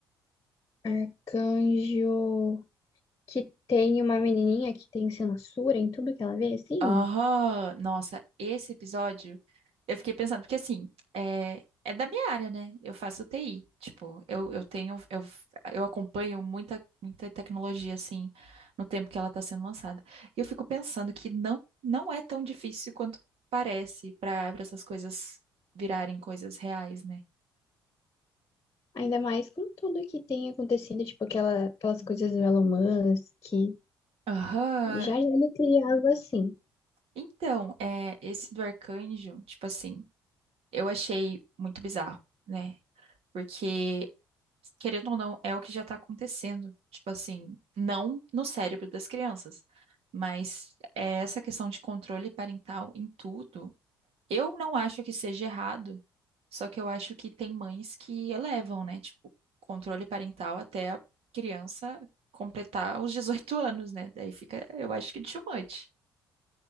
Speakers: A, on the left; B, on the right.
A: Arcanjo que tem uma menininha que tem censura em tudo que ela vê, sim.
B: Aham, nossa, esse episódio eu fiquei pensando, porque assim, é, é da minha área, né? Eu faço TI, tipo, eu, eu tenho, eu, eu acompanho muita, muita tecnologia, assim, no tempo que ela tá sendo lançada. E eu fico pensando que não, não é tão difícil quanto parece para essas coisas virarem coisas reais, né?
A: Ainda mais com tudo que tem acontecido, tipo aquela, aquelas coisas do Elon Musk, que
B: Aham,
A: já já ele criava assim.
B: Então, é, esse do arcanjo, tipo assim, eu achei muito bizarro, né? Porque querendo ou não, é o que já tá acontecendo. Tipo assim, não no cérebro das crianças, mas é essa questão de controle parental em tudo. Eu não acho que seja errado, só que eu acho que tem mães que elevam, né? Tipo, controle parental até a criança completar os 18 anos, né? Daí fica, eu acho que too much.